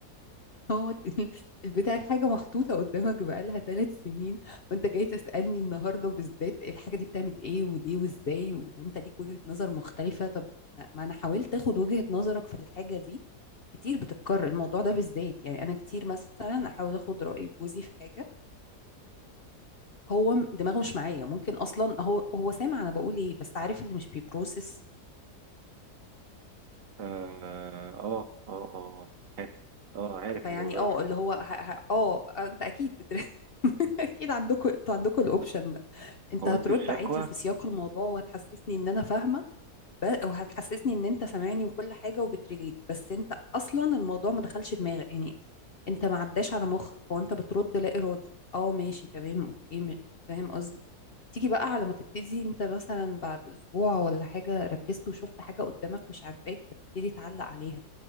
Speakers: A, on the left; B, on the right.
A: هو ال- البتاع الحاجة محطوطة قدامك بقالها ثلاث سنين وانت جاي تسألني النهاردة بالذات الحاجة دي بتعمل ايه وليه وازاي وانت ليك وجهة نظر مختلفة طب ما انا حاولت اخد وجهة نظرك في الحاجة دي كتير بتتكرر الموضوع ده بالذات يعني انا كتير مثلا احاول اخد راي جوزي في حاجه هو م- دماغه مش معايا ممكن اصلا هو هو سامع انا بقول ايه بس عارف اللي مش بيبروسس
B: اه اه اه اه عارف اه عارف
A: فيعني
B: الموضوع
A: اه
B: ده
A: اللي هو ه... ه... اه انت اكيد بتر... <laughs> اكيد عندكم انتوا عندكم الاوبشن ده انت
B: هو
A: هترد
B: انتوا الشكوى
A: عادي وفي سياق الموضوع وهتحسسني ان انا فاهمه ب- وهتحسسني ان انت سامعني وكل حاجه وبتريليت بس انت اصلا الموضوع ما دخلش دماغك يعني انت ما عداش على مخك هو انت بترد لا ارادي اه ماشي تمام اوكي م- فاهم قصدي تيجي بقى على ما تبتدي انت مثلا بعد اسبوع ولا حاجة ركزت وشفت حاجة قدامك مش عاجباك فتبتدي تعلق عليها